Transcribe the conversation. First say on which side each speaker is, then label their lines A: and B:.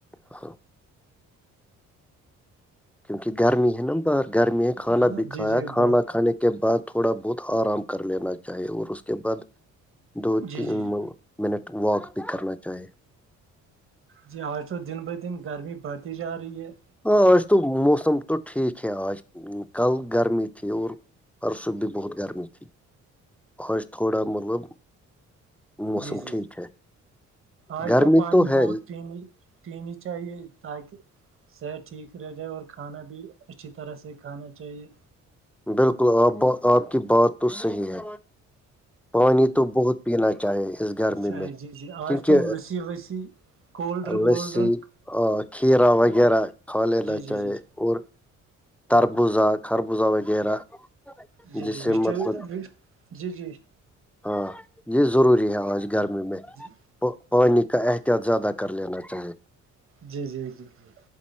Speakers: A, in the centre; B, on the right.
A: ہاں کیونکہ گرمی ہے نا باہر گرمی ہے کھانا
B: ہاں
A: بھی
B: جی
A: کھایا
B: جی
A: کھانا
B: بہت
A: کھانے کے بعد تھوڑا بہت آرام کر لینا چاہیے اور اس کے بعد دو
B: جی
A: تین
B: جی جی
A: منٹ واک بھی کرنا چاہے
B: جی آج تو دن ب دن گرمی بڑھتی جا رہی ہے
A: ہاں آج تو موسم تو ٹھیک ہے آج کل گرمی تھی اور پرس بھی بہت گرمی تھی آج تھوڑا مطلب موسم
B: جی جی
A: ٹھیک
B: جی
A: ہے
B: آج
A: گرمی
B: تو پانی
A: ہے
B: بہت پین کلینی چاہیے تاکہ صحت ٹھیک رہ جائے اور کھانا بھی اچھی طرح سے کھانا چاہیے
A: بالکل آپ آپ کی بات تو صحیح ہے پانی تو بہت پینا چاہے اس گرمی
B: چاہیے
A: میں
B: جی جی
A: کیونکہ
B: آج تو لسی وسی کولڈ ڈرنک وولڈ
A: لسی
B: ڈرنک
A: اور کھیرا وغیرہ کھا لینا
B: جی جی
A: چاہے
B: جی
A: اور تربوزا خربوزا وغیرہ
B: جی
A: جس
B: جی
A: سے
B: و تو
A: مطلب
B: جی جی
A: ہاں یہ ضروری ہے آج گرمی میں
B: جی
A: پانی کا احتیاط زیادہ کر لینا چاہیے
B: جی جی جی جی